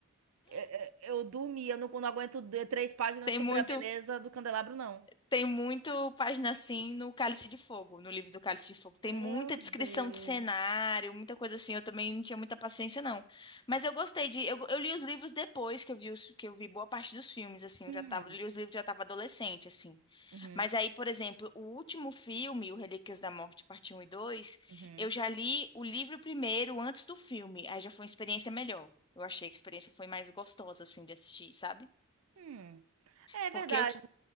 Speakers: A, on the right; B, on the left.
A: Eu, eu dormi, eu não, não aguento de- três páginas
B: Tem
A: sobre
B: muito,
A: a beleza do candelabro, não.
B: tem muito página assim no Cálice de Fogo, no livro do Cálice de Fogo. Tem
A: Meu
B: muita descrição
A: Deus.
B: de cenário, muita coisa assim. Eu também não tinha muita paciência, não. Mas eu gostei de. Eu, eu li os livros depois que eu vi, os- que eu vi boa parte dos filmes, assim.
A: Hum,
B: Eu já tava, li os livros, já tava adolescente, assim.
A: uhum,
B: Mas aí, por exemplo, o último filme, o Relíquias da Morte, parte um e 2,
A: uhum,
B: eu já li o livro primeiro, antes do filme. Aí já foi uma experiência melhor. Eu achei que a experiência foi mais gostosa, assim, de assistir, sabe?
A: hum. É
B: Porque
A: verdade.
B: eu, t-